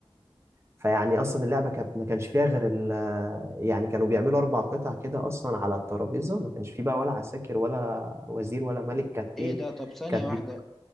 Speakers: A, on the right (about 25°); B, in the centre.
A: فيعني اصلا اللعبه كانت ما كانش فيها غير ال... يعني كانوا بيعملوا اربع قطع كده اصلا على الترابيزه ما كانش فيه بقى ولا عساكر ولا وزير ولا ملك كانت
B: ايه
A: ايه
B: ده طب ثانيه
A: كانت بي...
B: واحده